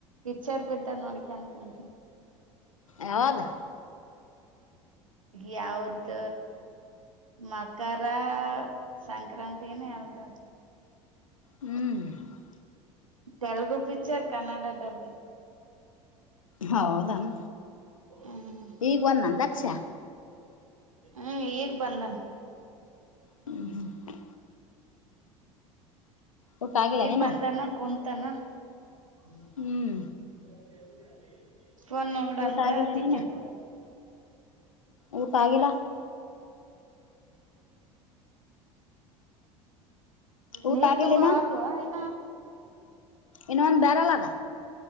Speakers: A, on the right; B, on the left.
A: ಪಿಕ್ಚರ್ ಬಿಟ್ಟರಾ ನೋಡ್ಂತ ಕುಂತಿನಿ. <unintelligible>
B: ಯಾವುದ? <unintelligible>
A: ಯಾವದ ಮಕರ ಸಂಕ್ರಾಂತಿ. <unintelligible> ತೇನ ಯಾವದ ಅದ. <unintelligible>
B: ಹೂ. <unintelligible>
A: ತೆಲುಗು ಪಿಕ್ಚರ್ ಕನ್ನಡ ಡಬ್ಬಿಂಗ. <unintelligible>
B: ಹೌದ ಅನ್
A: ಹ್ಮ್
B: ಈಗ ಬಂದನನ ದಕ್ಷ. <unintelligible>
A: ಹ ಈಗ್ ಬಂದನ್. <unintelligible>
B: <unintelligible> ಊಟ ಆಗಿಲ್ಲ
A: ಈಗ
B: ನೀನ
A: ಬಂದಾನ ಕುಂತಾನ. <unintelligible>
B: ಹ್ಮ್
A: <inaudible> <unintelligible> ಫೋನ್ ನೋಡಂದ
B: ಊಟ ಆಗಿಲ್ಲ
A: ಅದಿಕ್ಕೆ
B: ನೀನ
A: ನೋಡದ. <unintelligible>
B: ಊಟ ಆಗಿಲ್ಲ? <unintelligible> ಊಟ
A: ನೀರ್
B: ಆಗಿಲ್ಲಿನ
A: ತುಂಬುವ ಆದವಾ? <unintelligible>
B: ಇನ್ನೊಂದ ಬ್ಯಾರಲ್ ಅದ. <unintelligible>